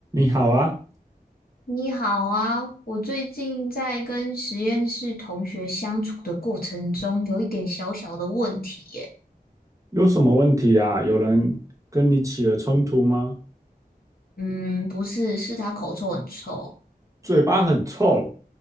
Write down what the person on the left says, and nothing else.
你好啊，我最近在跟实验室同学相处的过程中，有一点小小的问题耶。
嗯，不是，是他口臭很臭。